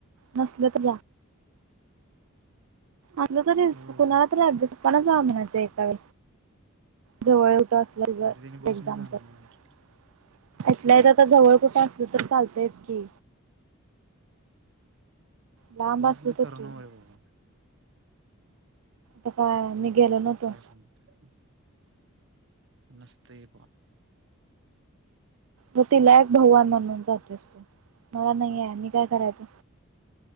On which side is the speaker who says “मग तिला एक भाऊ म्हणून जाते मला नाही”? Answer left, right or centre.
Right